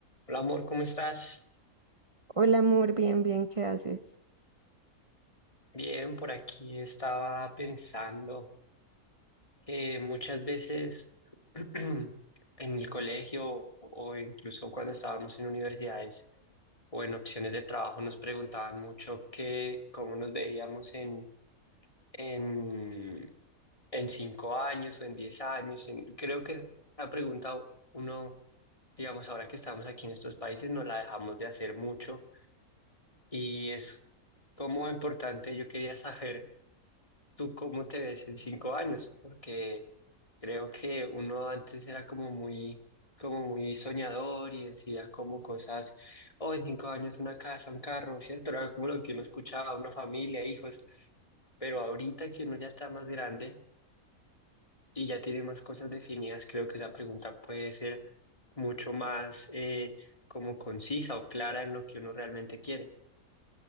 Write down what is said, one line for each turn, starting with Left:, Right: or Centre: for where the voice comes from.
Left: Hola amor, ¿cómo estás?
Right: Hola amor, bien, bien, ¿qué haces?
Left: Bien, por aquí estaba pensando que muchas veces <clears throat> en el colegio o incluso cuando estábamos en universidades o en opciones de trabajo nos preguntaban mucho que cómo nos veíamos en, en, en cinco años o en diez años. en- creo que esa pregunta uno, digamos, ahora que estamos aquí en estos países, nos la dejamos de hacer mucho Y es como importante, yo quería saber tú cómo te ves en cinco años, porque creo que uno antes era como muy, como muy soñador y decía como cosas, oh, en cinco años una casa, un carro, ¿cierto? Era como lo que uno escuchaba, una familia, hijos, pero ahorita que uno ya está más grande y ya tiene más cosas definidas, creo que esa pregunta puede ser mucho más eh, como concisa o clara en lo que uno realmente quiere.